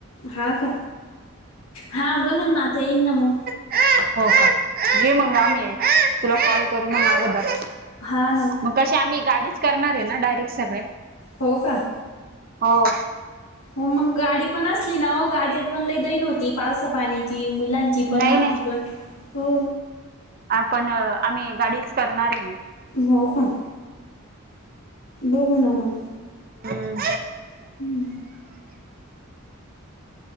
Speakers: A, on the left; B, on the right.
A: हां का, हा बघन ना आता येईन ना मंग.
B: हो का, ये मंग आम्ही हाय हा तुला कॉल करू मंग अगोदर.
A: हां ना.
B: मग कशे आम्ही गाडीच करणारे ना डायरेक्ट सगळे.
A: हो का.
B: हो.
A: हो मंग गाडी पण असली ना ओ गाडी पण लई दैन व्हती. पावसा पाण्याची, मुलां ची पण,
B: नाही
A: आपली
B: नाही
A: पण. हो.
B: आपण आम्ही गाडीच करणारे म.
A: हो का. बघू ना मंग.
B: <unintelligible> हम्म.
A: हम्म.